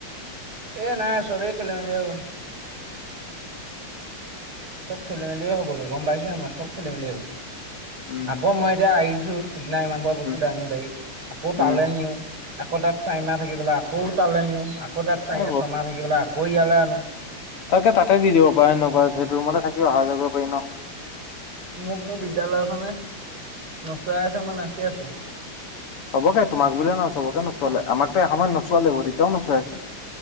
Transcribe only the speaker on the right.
এ নাই চবেই খেল মেলি হৈ গ'ল চব খেলি মেলিয়ে হ'বগে গম পাইছো আমাৰ চব খেলি মেলি হ'ব
আকৌ মই এতিয়া আহিছো সিদিনা ইমান খোপা বস্তু
দাঙি পাৰি আকৌ তালে
নিও আকৌ তাত চাইমা থাকিব পেলাই আকৌ তালে নিও আকৌ তাত চাই
ছমা থাকিব পেলাই আকৌ ইয়ালে আনো
মোক মোৰ বিদ্যালয়খনে নচোৱাই আছে মই নাচি আছো